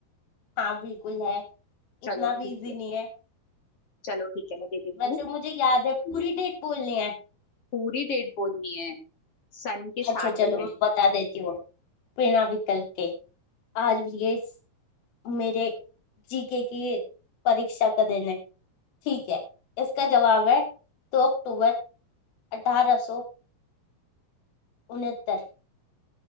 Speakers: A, on the left (about 70°); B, on the left (about 40°).
A: हाँ बिल्कुल है इतना
B: चलो
A: भी
B: ठीक
A: इजी
B: है
A: नहीं है
B: चलो ठीक है मैं दे देती
A: वैसे
B: हूँ
A: मुझे याद है पूरी डेट बोलनी है
B: पूरी डेट बोलनी है सन के
A: अच्छा
B: साथ
A: चलो
B: में
A: मैं बता देती हूँ बिना विकल्प के आज ये स- मेरे जीके की परीक्षा का दिन है ठीक है इसका जवाब है दो अक्टूबर अठारह सौ उनहत्तर